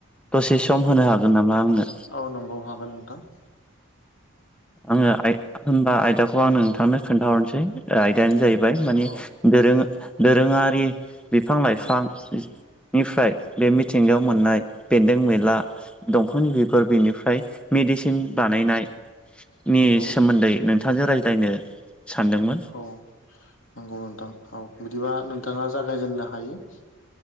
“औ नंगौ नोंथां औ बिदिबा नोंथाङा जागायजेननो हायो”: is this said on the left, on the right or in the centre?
Left